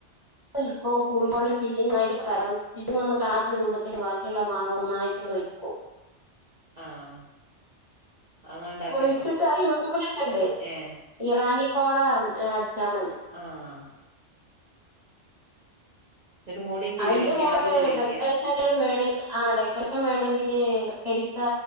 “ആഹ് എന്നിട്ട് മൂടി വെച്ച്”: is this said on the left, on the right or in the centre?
Right